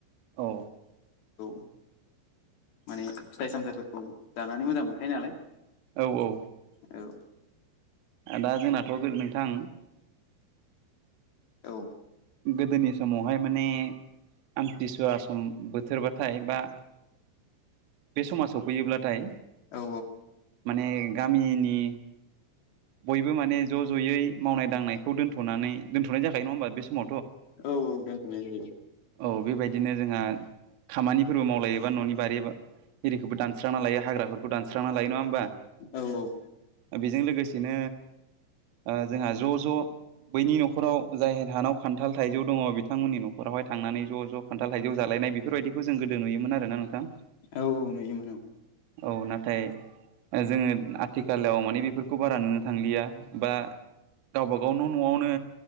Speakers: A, on the right; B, on the left.
A: औ।
B: औ माने फिथाइ सामथाइफोरखौ जानानै मोजां मोनखायो नालाय।
A: औ औ।
B: औ।
A: दा जोंनाथ' नोंथां।
B: औ।
A: गोदोनि समाव। बेहाय माने आमथिसुवा सम बोथोरबाथाय बा बे समा सफैयोब्लाथाय
B: औ
A: माने गामिनि। बयबो माने ज' ज'यै मावनाय दांनायखौ दोनथ'नानै दोनथ'नाय जाखायो नङा होमबा बे समाव
B: औ औ दोनथ'नाय जायो।
A: औ बेबायदिनो जोंहा खामानिफोरबो मावलायोबा न'नि बारि बा रिखोबो दानस्रांना लायो हाग्राफोरखौ दानस्रां लायो नङा होमबा।
B: औ औ।
A: बेजों लोगोसेनो ओ जोंहा ज' ज' बैनि न'खराव जाय हानाव खान्थाल थाइजौ दङ बिथांमोननि न'खरावहाय थांनानै ज' ज' खान्थाल थाइजौ जालायनाय बेफोरबायदिखौ जों गोदो नुयोमोन आरोना नोंथां।
B: औ औ नुयोमोन
A: औ नाथाय जोङो आथिखालाव माने बेफोरखौ बारा नुनो थांलिया बा गावबागाव न' न'आवनो